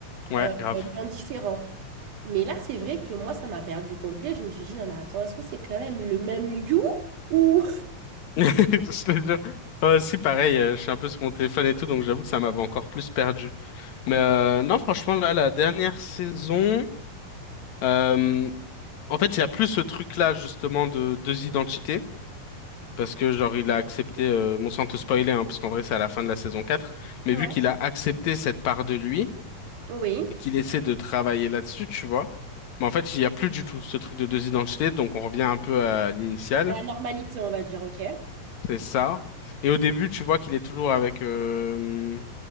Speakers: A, on the left; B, on the right.
A: ouais,
B: euh,
A: grave.
B: mais en différent. Mais là, c'est vrai que moi, ça m'a perdu complet. Je me suis dit, non, mais attends, est-ce que c'est quand même le même You? ou
A: <laughs> Je te jure. Ouais, si, pareil, euh, je suis un peu sur mon téléphone et tout, donc j'avoue que ça m'avait encore plus perdu. Mais euh, non, franchement, là, la dernière saison, euh, en fait, il y a plus ce truc-là, justement, de deux identités. Parce que, genre, il a accepté, euh, bon, sans te spoiler, hein, parce qu'en vrai, c'est à la fin de la saison quatre. mais
B: Ouais.
A: vu qu'il a accepté cette part de lui
B: Oui.
A: et qu'il essaie de travailler là-dessus, tu vois. Mais en fait, il n'y a plus du tout ce truc de deux identités, donc on revient un
B: Ok.
A: peu à l'initiale,
B: À la normalité, on va dire, ok.
A: c'est ça. Et au début, tu vois qu'il est toujours avec... euh,